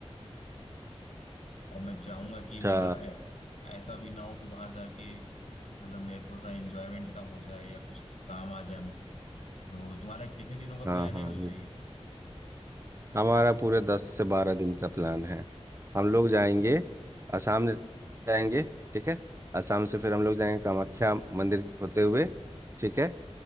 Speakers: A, on the left; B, on the right.
A: और मैं चाहूंगा
B: अच्छा
A: कि मतलब ऐ, ऐसा भी ना हो कि वहां जाके मतलब मेरे थोड़ा सा एंजॉयमेंट कम हो जाए या कुछ काम आ जाए मुझे तो तुम्हारा कितने दिनों का
B: हाँ
A: प्लान
B: हाँ
A: है वैसे
B: ये
A: ही
B: हमारा पूरे दस से बारह दिन का प्लान है हम लोग जाएंगे असम जाएंगे ठीक है असम से फिर हम लोग जाएंगे कामाख्या मंदिर होते हुए ठीक है